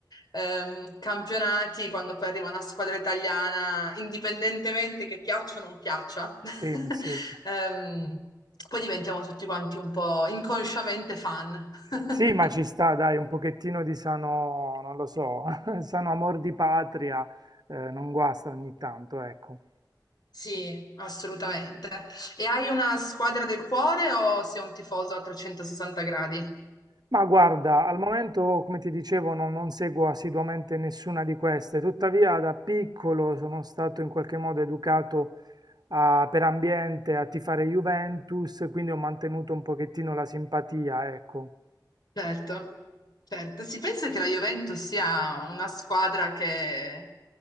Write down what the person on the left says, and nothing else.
ehm, campionati, quando poi arriva una squadra italiana, indipendentemente che piaccia o non piaccia, <laughs>
ehm, poi diventiamo tutti quanti un po' inconsciamente fan. <laughs>
Sì, assolutamente. E hai una squadra del cuore o sei un tifoso a 360 gradi?
Certo, certo. Si pensa che la Juventus sia una squadra che,